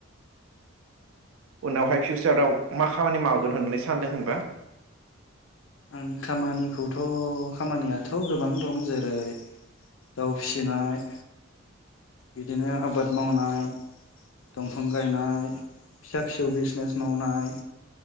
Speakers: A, on the right; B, on the left.
A: उनावहाय फिउचाराव मा खामानि मावगोन होननानै सानदों होनबा?
B: आंनि खामानिखौथ' खामानियाथ' गोबां दं जेरै दाउ फिसिनाय, बिदिनो आबाद मावनाय, दंफां गायनाय, फिसा फिसौ बिजनेस मावनाय।